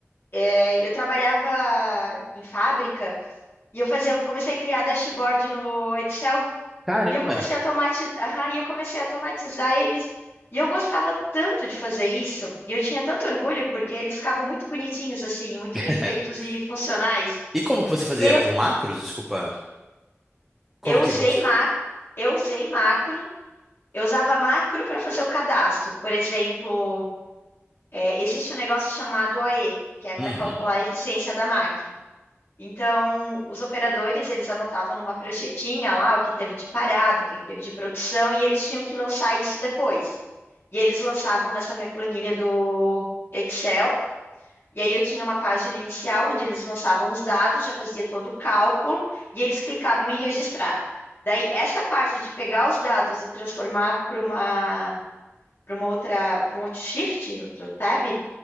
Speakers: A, on the left; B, in the centre.
A: é, eu trabalhava em fábrica e eu fazia, comecei a criar dashboard no Excel.
B: Caramba.
A: E eu comecei a tomatiz... e eu comecei a tomatizar eles. E eu gostava tanto de fazer isso, e eu tinha tanto orgulho, porque eles ficavam muito bonitinhos assim, muito
B: <laughs>
A: bem feitos e funcionais.
B: E como que você fazia
A: E aí eu,
B: com macros? Desculpa. Como
A: eu
B: que
A: usei
B: você.
A: ma... eu usei macro, eu usava macro para fazer o cadastro. Por exemplo, é, existe um negócio chamado OE, que é para
B: Uhum.
A: calcular a eficiência da máquina. Então, os operadores, eles anotavam numa pranchetinha lá o que teve de parado, o que teve de produção, e eles tinham que lançar isso depois. E eles lançavam nessa minha planilha do Excel. E aí eu tinha uma página inicial onde eles lançavam os dados, já fazia todo o cálculo e eles clicavam em registrar. Daí essa parte de pegar os dados e transformar para uma para uma outra, para um outro shift, outro tab,